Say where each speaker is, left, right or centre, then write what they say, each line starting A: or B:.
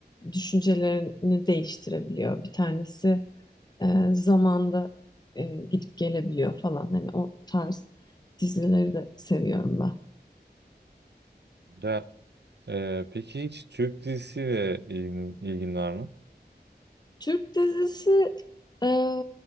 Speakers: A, on the left (about 25°); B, on the right (about 75°).
A: düşüncelerini değiştirebiliyor. Bir tanesi e, zamanda e, gidip gelebiliyor falan. Hani o tarz dizileri de seviyorum ben.
B: Ya, e, peki hiç Türk dizisiyle ilgin, ilgin var mı?
A: Türk dizisi e,